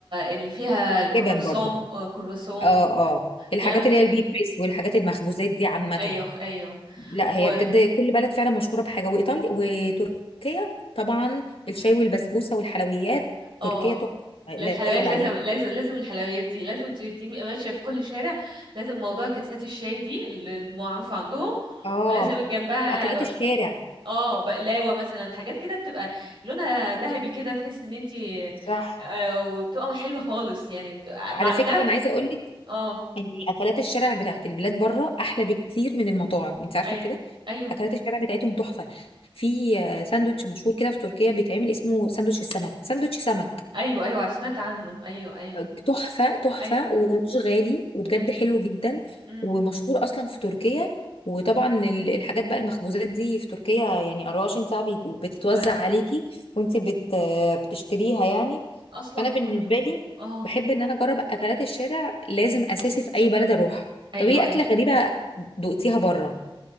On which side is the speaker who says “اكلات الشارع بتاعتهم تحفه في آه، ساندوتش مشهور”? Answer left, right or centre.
Left